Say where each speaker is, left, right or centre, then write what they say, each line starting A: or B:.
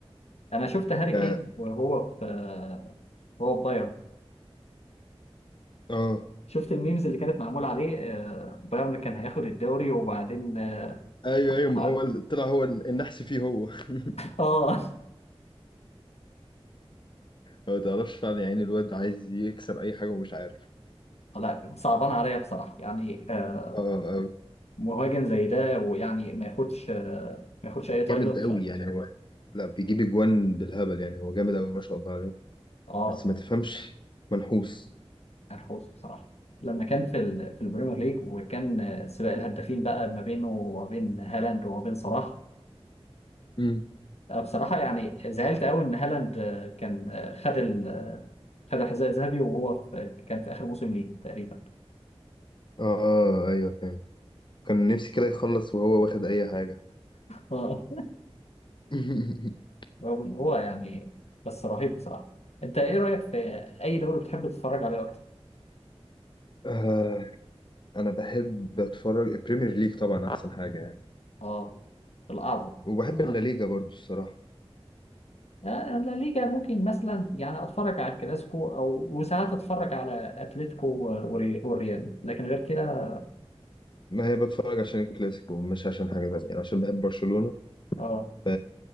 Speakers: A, on the left; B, on the left.
A: انا شفت هاري
B: ب-
A: كين وهو في آه، هو في بايرن
B: اه
A: شفت الميمز اللي كانت معمولة عليه آه، بايرن كان هياخد الدوري وبعدين اه
B: ايوه
A: <laughs>
B: ايوه ما
A: تعاد.
B: هو ال- طلع هو النحس فيه هو <laughs>
A: آه،
B: ما تعرفش فعلا يعني الواد عايز يكسر اي حاجه ومش عارف
A: لا صعبان عليا بصراحة يعني آه،
B: اه آه،
A: مهاجم زي ده ويعني ما ياخدش آه، ما ياخدش اي تايتل
B: جامد قوي
A: ف
B: يعني هو لا بيجيب اجوان بالهبل يعني هو جامد قوي ما شاء الله عليه
A: اه
B: بس ما تفهمش منحوس
A: الحوس بصراحة لما كان في ال... في البريمير ليج وكان آه، سباق الهدافين بقى ما بينه وما بين هالاند وما بين صلاح
B: امم
A: آه، بصراحة يعني زعلت قوي إن هالاند آه، كان آه، خد ال... خد الحذاء الذهبي وهو في... كان في آخر موسم ليه تقريبا
B: اه آه، ايوه فاهم كان نفسي كده يخلص وهو واخد اي حاجه
A: اه
B: <laughs>
A: <laughs> رغم إن هو يعني بس رهيب بصراحة أنت إيه رأيك في أي دوري بتحب تتفرج عليه أكتر؟
B: آه انا بحب اتفرج البريمير ليج طبعا احسن حاجه يعني
A: اه الأعظم
B: وبحب اللا ليجا برضو الصراحه
A: آه، لا ليجا ممكن مثلا يعني اتفرج على الكلاسيكو او وساعات اتفرج على اتلتيكو و- والري- والريال لكن غير كده
B: ما هي بتفرج عشان الكلاسيكو مش عشان حاجة تانية يعني عشان بحب برشلونة
A: اه
B: ف